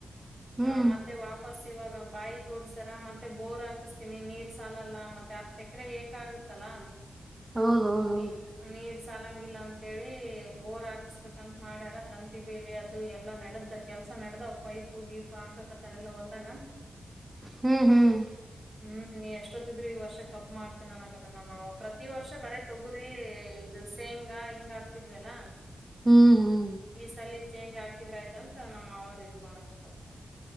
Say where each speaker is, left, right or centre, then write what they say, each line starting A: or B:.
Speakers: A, on the right (about 30°); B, on the right (about 45°).
A: ಹ್ಮ್
B: ಹಾ ಮತ್ತೆ ವಾಪಸ್ ಇವಾಗ ಬಾಯಿ ತೋಡ್ಸರ ಮತ್ತೆ ಬೋರ್ ಹಾಕಿಸ್ತೀನಿ ನೀರ್ ಸಾಲಲ್ಲ ಮತ್ತೆ ಹತ್ ಎಕರೆ ಏಕ ಆಗತ್ತಲ್ಲ
A: ಹೌದೌದೌದು
B: ನೀ ನೀರ್ ಸಾಲಂಗಿಲ್ಲ ಅಂತೇಳಿ ಬೋರ್ ಹಾಕಸ್ಬೇಕಂತ ಮಾಡ್ಯಾರ ತಂತಿ ಬೇಲಿ ಅದು ಎಲ್ಲಾ ನಡೆದ್ದ ಕೆಲ್ಸ ನಡೆ್ದ ಪೈಪು ಗೀಪು ಹಾಕಕತಾರೆ ಎಲ್ಲಾ ಹೊಲ್ದಾಗ
A: ಹ್ಮ್ ಹ್ಮ್
B: ಹ್ಮ್ ನೀ ಅಷ್ಟ ಷ್ಟಿದ್ರ ಈ ವರ್ಷ ಕಬ್ ಮಾಡ್ತನ ಅನಕತ್ತರ್ ನಮ್ಮ್ ಮಾವ ಪ್ರತಿ ವರ್ಷ ಬರ ತೊಗುರಿ ಇದು ಸೇಂಗ ಹಿಂಗ ಆಗ್ತಿದ್ವಿಲ್ಲ
A: ಹ್ಮ್ ಹ್ಮ್
B: ಈ ಸಲ ಚೇಂಜ್ ಹಾಕಿದ್ರ ಆಯ್ತ ಅಂತ ನಮ್ಮ್ ಮಾವರು ಇದ್ ಮಾಡಕತ್ತರ್ ನಾವವು